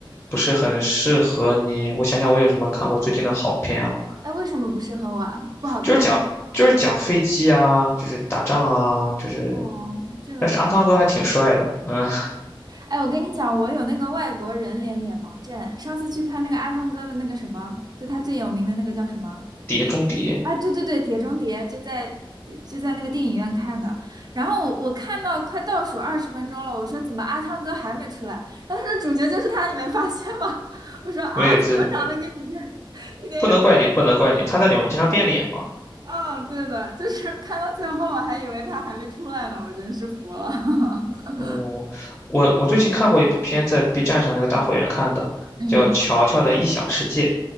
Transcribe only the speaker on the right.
哎，为什么不适合我啊？不好看吗？
哦，这个，
哎，我跟你讲，我有那个外国人脸脸盲症。上次去看那个阿汤哥的那个什么，就他最有名的那个叫什么？
啊，对对对，《碟中谍》就在就在那个电影院看的。然后我我看到快倒数二十分钟了，我说怎么阿汤哥还没出来？然后他说主角就是他，你没发现吗？<laughs> 我说啊，
怎么长得跟你这 <laughs>，一点也不
嗯，对的，就是看到最后，我还以为他还没出来呢，我真是服了。<laughs>
嗯，